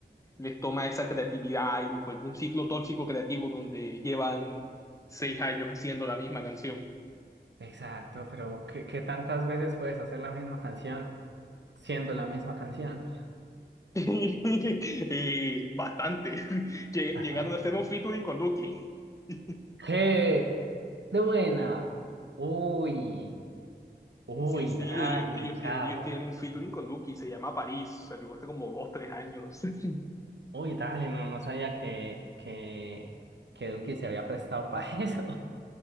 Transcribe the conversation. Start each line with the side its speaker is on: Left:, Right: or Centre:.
Left: les toma esa creatividad y los vuelve un ciclo tóxico creativo donde llevan seis años haciendo la misma canción. <laughs>
Right: Exacto, pero ¿qué, qué tantas veces puedes hacer la misma canción siendo la misma canción?
Left: Eh, bastante. Lle-
Right: Ajá.
Left: Llegaron a hacer un featuring con Duki. <laughs>
Right: ¿Qué? De buena. Uy, uy,
Left: Sí, sí,
Right: dale,
Left: ellos, ellos,
Right: charro.
Left: tie- ellos tienen un featuring con Duki, se llama París, salió hace como dos, tres años. <laughs>
Right: Uy, dale, no, no sabía que, que, que Duki se había prestado para <laughs> eso.